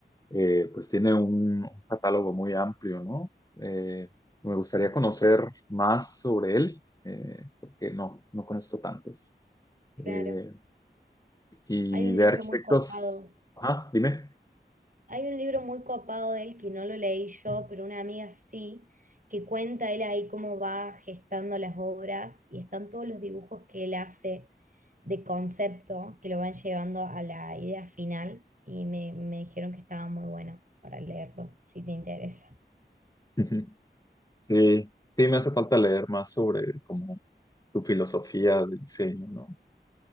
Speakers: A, on the left (about 20°); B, on the right (about 45°).
A: eh, pues tiene un catálogo muy amplio, ¿no? Eh, me gustaría
B: Mm,
A: conocer más sobre él, eh, porque no, no conozco tanto.
B: Claro.
A: Eh, y
B: Hay un
A: de
B: libro
A: arquitectos,
B: muy copado
A: ah, dime.
B: Hay un libro muy copado de él que no lo leí yo, pero una amiga sí, que cuenta él ahí cómo va gestando las obras y están todos los dibujos que él hace de concepto que lo van llevando a la idea final y me, me dijeron que estaba muy bueno para leerlo, si te interesa.
A: <laughs> Ujú. Sí, sí, me hace falta leer más sobre como su filosofía de diseño, ¿no?